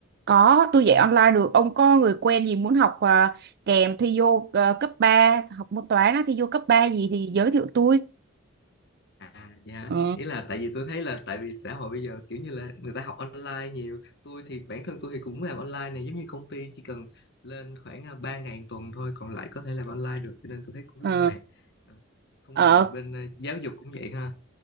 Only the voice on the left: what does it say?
À dạ
ý là tại vì tôi thấy là tại vì xã hội bây giờ kiểu như là người ta học online nhiều tôi thì bản thân tôi thì cũng làm online này giống như công ty chỉ cần lên khoảng à, 3 ngày một tuần thôi còn lại có thể làm online được cho nên tôi thấy cũng
linh hoạt Ờ, không
ngờ là bên ờ, giáo dục cũng vậy ha